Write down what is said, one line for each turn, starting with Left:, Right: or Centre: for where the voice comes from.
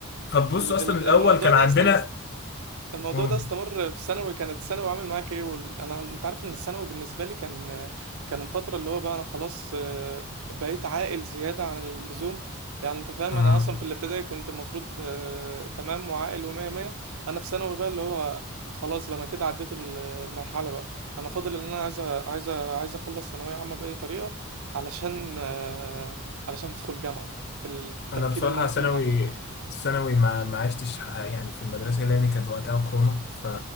Left: فبص
Right: ال...
Left: اصلا
Right: ال...
Left: الاول
Right: الموضوع
Left: كان
Right: ده
Left: عندنا
Right: اصلا الموضوع
Left: قول.
Right: ده استمر في ثانوي كانت ثانوي عامل معاك ايه وال... انا انت عارف ان الثانوي بالنسبه لي كان كان الفتره اللي هو بقى انا خلاص آه، بقيت عاقل زياده عن اللزوم يعني انت فاهم
Left: اه
Right: انا اصلا في الابتدائي كنت المفروض آه، تمام وعاقل ومية مية انا في ثانوي بقى اللي هو خلاص انا كده عديت ال- المرحله بقى انا فاضل ان انا عايز أ- عايز أ- عايز اخلص ثانويه عامه باي طريقه علشان آه، علشان ادخل جامعه بالتفكير
Left: انا بصراحه
Right: اللي انا
Left: ثانوي
Right: فيه ده
Left: الثانوي ما ما عشتش ح- يعني في المدرسه لان كانت وقتها كورونا ف